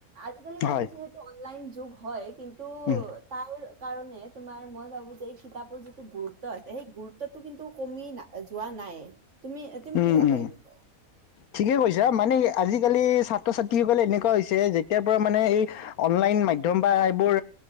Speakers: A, on the right; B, on the left.
A: আজিকালি বাৰু
B: হয়
A: যিহেতু অনলাইন যুগ হয় কিন্তু
B: উম
A: তাৰ কাৰণে তোমাৰ মই ভাবোঁ যে এই কিতাপৰ যিটো গুৰুত্ব আছে, সেই গুৰুত্বতটো কিন্তু কমি না যোৱা নাই। তুমি, তুমি
B: উম
A: কি ভাবা
B: উম
A: এইবোৰক?
B: ঠিকে কৈছা মানে আজিকালি ছাত্ৰ-ছাত্ৰীসকলে এনেকুৱা হৈছে যেতিয়াৰ পৰা মানে এই অনলাইন মাধ্যম বা এইবোৰ